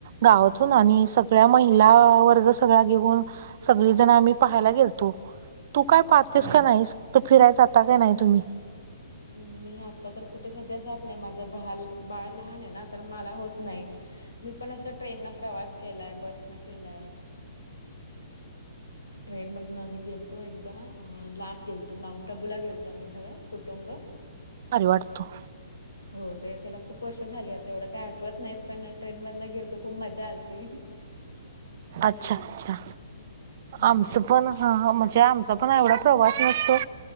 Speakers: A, on the right; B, on the left.
A: गावातून
B: हा
A: आणि स सगळ्या महिला वर्ग सगळा घेऊन सगळी जण आम्ही पाहायला गेलतो तू काय पाहतेस
B: हो
A: का नाहीस तू फिरायला जाता काय नाही तुम्ही
B: मी आता तर कुठे सध्या जात नाही माझं बाल बाळ लहान आहे ना तर मला होत नाही मी पण असं ट्रेन न प्रवास केलाय बसन केलाय ट्रेन मधून आम्ही गेलो एकदा अ लांब गेलतो माउंट आबू ला गेलतो आम्ही सगळं कुटुंब
A: अरे वाटतो
B: हो ते त्याला खूप वर्ष झाली आता एवढं काय आठवत नाही पण ट्रेन मधन गेलतो खूप मजा आलती
A: अच्छा अच्छा
B: हम्म.
A: आमच पण ह म्हणजे आमचा पण एवढा प्रवास नसतो